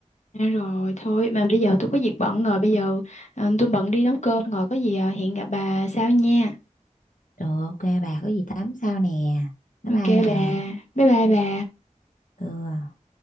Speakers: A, on the left; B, on the left.
A: à, rồi thôi mà bây giờ tôi có việc bận rồi bây giờ ờ, tôi bận đi nấu cơm rồi có gì ờ, hẹn gặp bà sau nha
B: ừ ok bà có gì tám sao nè bye
A: ok
B: bye bà
A: bà bye bye bà
B: ừ